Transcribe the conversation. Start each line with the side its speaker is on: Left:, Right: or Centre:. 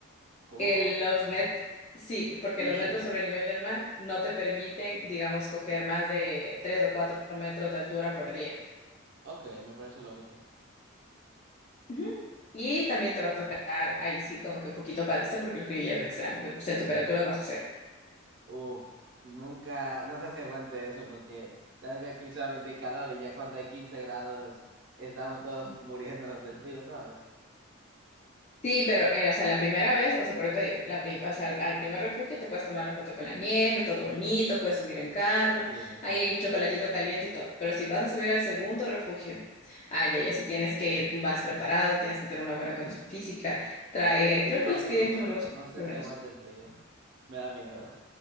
Right: ¿Cómo,
Left: el-
Right: cómo?
Left: los met sí, porque
Right: ¿Hielo?
Left: los metros sobre el nivel del mar no te permiten, digamos, coger más de 3 o 4 metros de altura por día.
Right: Ok, me parece lógico.
Left: Ujú. Y también te va a tocar ahí sí como que un poquito padecer porque el frío ya es extremo, son temperaturas bajo cero.
Right: Uf, nunca, no sé si aguante eso porque sabes que aquí solamente hay calor y ya cuando hay 15 grados estamos todos <laughs> muriéndonos del frío, ¿sabes?
Left: Sí, pero, eh, o sea, en la primera vez, o sea, por eso te digo, la prim- o sea, al, al primer refugio te puedes tomar la foto con la nieve, todo bonito, puedes subir en carro,
Right: Bien.
Left: ahí hay chocolatito caliente y todo. Pero si vas a subir al segundo refugio, ay, ya, ya sí tienes que ir más preparado, tienes que tener una buena condición física, traer,
Right: Condición física
Left: creo que les
Right: tengo,
Left: piden
Right: pero
Left: algunos
Right: no sé
Left: suplementos.
Right: si aguante el frío. <laughs> Me da miedo.